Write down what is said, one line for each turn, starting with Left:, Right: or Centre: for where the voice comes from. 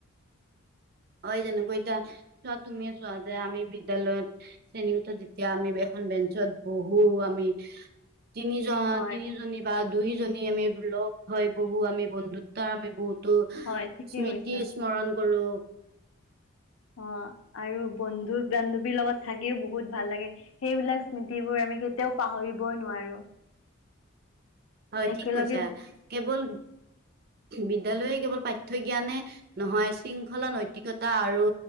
Right: হয় যেনেকৈ এতিয়া চোৱা তুমিয়ে চোৱা যে আমি বিদ্যালয়ত শ্ৰেণীকোঠত যেতিয়া আমি এখন বেঞ্চত বহো আমি তিনিজন
Left: হয়
Right: তিনিজনী বা দুই দুজনী আমি লগ হয় বহু আমি বন্ধুত্বৰ আমি বহুত টো
Left: হয় ঠিকে
Right: স্মৃতি
Left: কৈছা
Right: স্মৰণ কৰোঁ
Left: অ আৰু বন বন্ধু বান্ধৱীৰ লগত থাকিও বহুত ভাল লাগে সেইবিলাক স্মৃতিবোৰ আমি কেতিয়াও পাহৰিবই নোৱাৰো
Right: হয়
Left: একেলগে
Right: ঠিক কৈছা কেৱল বিদ্যালয়ে কেৱল পাঠ্য জ্ঞানে নহয় শৃংখলা নৈতিকতা আৰু